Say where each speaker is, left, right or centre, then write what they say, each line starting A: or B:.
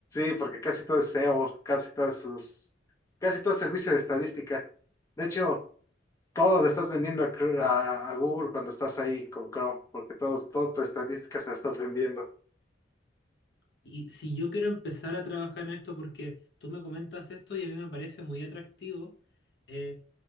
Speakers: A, on the left (about 15°); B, on the left (about 60°).
A: sí, porque casi todo es SEO, casi todas sus, casi todo es servicio de estadística. De hecho, Todo le estás vendiendo a, Cr- a- a Google cuando estás ahí con Chrome, porque todos, todas tus estadísticas las estás vendiendo.
B: y si yo quiero empezar a trabajar en esto porque tú me comentas esto y a mí me parece muy atractivo, eh,